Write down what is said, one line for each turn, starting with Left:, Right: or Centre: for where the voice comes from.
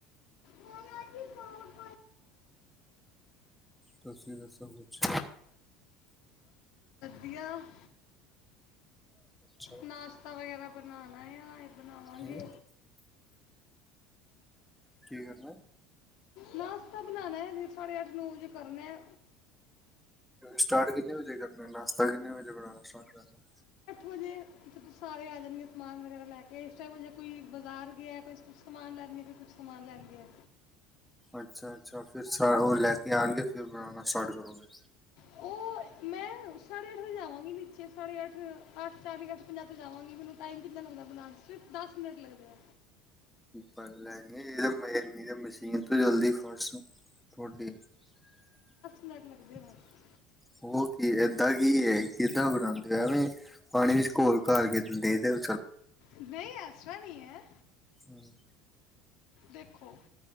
Left: ਮ ਜੀ ਕ <inaudible>
Centre: ਤੁਸੀਂ ਦਾ ਸਭ ਕੁਛ
Left: ਗਿਆਆ <inaudible>
Centre: ਅੱਛਾ
Left: ਨਾਸ਼ਤਾ ਵਗੈਰਾ ਬਨਾਨੈ ਆ <inaudible> ਬਨਾਵਾਂਗੇ
Centre: ਹੂੰ ਕੀੇਰਨਾ।
Left: ਨਾਸਤਾ ਬਨਾਨੈ ਤੇ, ਸਾਡੇ ਅੱਠ- ਨੋ ਵਜੇ ਕਰਨਾ ਏ
Centre: ਸਟਾਟ ਕਿੰਨੇ ਵਜੇ ਕਰਨਾ? ਨਾਸਤਾ ਕਿੰਨੇ ਵਜੇ ਬਣਾਣਾ ਸਟਾਟ ਕਰਨਾ?
Left: ਵਜੇ ਜਦੋਂ ਸਾਰੇ ਆ ਜਾਨਗੇ ਸਮਾਨ ਵਗੈਰਾ ਲੈ ਕੇ, ਇਸ ਟਾਈਮ ਜੇ ਕੋਈ ਬਜ਼ਾਰ ਗਿਆ, ਕੋਈ ਕੁਛ ਸਮਾਨ ਲੈਨ, ਕੋਈ ਕੁਛ ਸਮਾਨ ਲੈਨ ਗਿਆ।
Centre: ਅੱਛਾ-ਅੱਛਾ। ਫਿਰ ਸਾਰੇ ਓ ਲੈ ਕੇ ਆਨਗੇ, ਫਿਰ ਬਨਾਨਾ। ਸਾਰਟ ਕਰੋਗੇ
Left: ਉਹ ਮੈਂ, ਸਾੜੇ ਅੱਠ ਵਜੇ ਜਾਵਾਂਗੀ ਨੀਚੇ, ਸਾੜੇ ਅੱਠ, ਅੱਠ ਚਾਲੀ- ਅੱਠ ਪੰਜਾਹ ਤੇ ਜਾਵਾਂਗੀ। ਮੈਨੂੰ ਟਾਈਮ ਕਿੰਨਾ ਲੱਗਦਾ ਬਨਾਨ 'ਚ ਦਸ ਮਿੰਟ ਲੱਗਦੇ ਆ।
Centre: ਪ ਲੈਣੀ। ਇਹਦੇ ਮ-ਮਸ਼ੀਨ ਤੋਂ ਜਲਦੀ ਫਾਸਟ ਤੁਹਾਡੀ <inaudible>
Left: ਮਿੰਟ ਲੱਗਦੇ ਆ ਬਸ
Centre: ਓ ਕੀ? ਏਦਾਂ ਕੀ ਏ, ਕਿੱਦਾਂ ਬਣਾਂਨਦੇ ਆ? ਐਵੇਂ ਪਾਣੀ ਵਿੱਚ ਘੋਲ ਘਰ, ਕਿਸੇ ਨੂੰ ਦੇਦਿਓ।
Left: ਨਈੰ, ਐਸਾ ਨਈੰ ਐੰ।
Centre: ਹਮ <inaudible>
Left: ਦੇਖੋ,